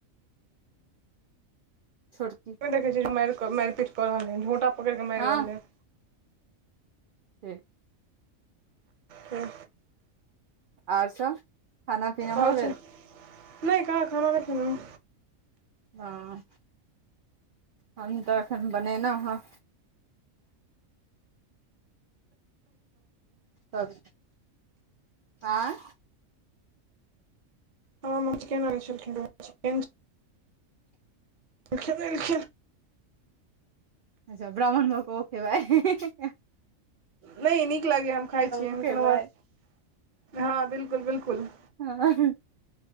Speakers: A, on the right; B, on the right.
A: छोटकी
B: देखै छै जे माइरऽ माइर पीट कऽ रहल है झोटा पकड़ि कऽ मारि
A: हँ
B: रहलै
A: ठीक
B: हूँ
A: आउर सब खाना पीना
B: आउर
A: भऽ
B: छै
A: गेल
B: नय कहाँ खाना नय खेलौं हें
A: हँ हम तऽ एखन बनेलहुँ हेँ सब आँ
B: हँ चिकेन आनैक ेे
A: अच्छा ब्राह्मण भऽ क ओ क खेबय
B: नय नीक लागैए हम खाइ छीयै
A: ओ खेबै
B: कोनो बात हँ बिलकुल बिलकुल
A: हँ